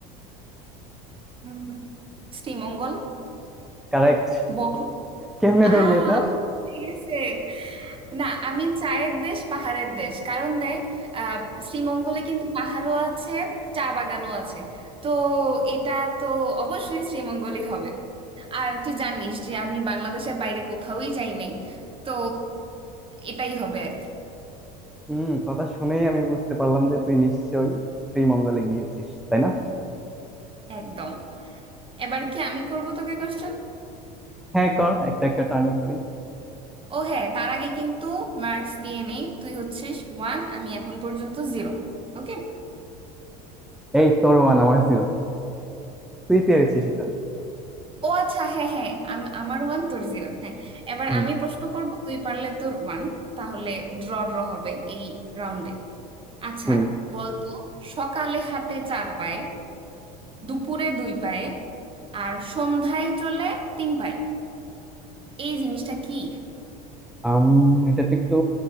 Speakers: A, on the right; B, in the centre.
A: উম, শ্রীমঙ্গল
B: কারেক্ট
A: বল
B: কেমনে
A: আ
B: ধরলি এটা
A: ঠিক আছে না আমি চায়ের দেশ পাহাড়ের দেশ কারণ দেখ আহ শ্রীমঙ্গলে কিন্তু পাহাড়ও আছে চা বাগানও আছে তো এটা তো অবশ্যই শ্রীমঙ্গলই হবে আর তুই জানিস যে আমি বাংলাদেশের বাইরে কোথাওই যাই নাই তো এটাই হবে আর কি
B: হুম কথা শুনেই আমি বুঝতে পারলাম যে তুই নিশ্চয়ই শ্রীমঙ্গলে গিয়েছিস তাই না
A: একদম এবার কি আমি করব তোকে কোশ্চেন
B: হ্যাঁ কর একটা একটা টার্নে করি
A: ও হ্যাঁ তার আগে কিন্তু মার্কস দিয়ে নেই তুই হচ্ছিস ওয়ান আমি এখন পর্যন্ত জিরো ওকে
B: এই তোর ওয়ান আমার জিরো তুই পেরেছিস এটা
A: ও আচ্ছা হ্যাঁ হ্যাঁ আম- আমার ওয়ান তোর জিরো হ্যাঁ এবার
B: হুম
A: আমি প্রশ্ন করব তুই পারলে তোর ওয়ান তাহলে ড্র ড্র হবে এই রাউন্ডে আচ্ছা
B: হুম
A: বলতো সকালে হাঁটে চার পায়ে দুপুরে দুই পায়ে আর সন্ধ্যায় চলে তিন পায়ে এই জিনিসটা কি
B: আম এটা তো একটু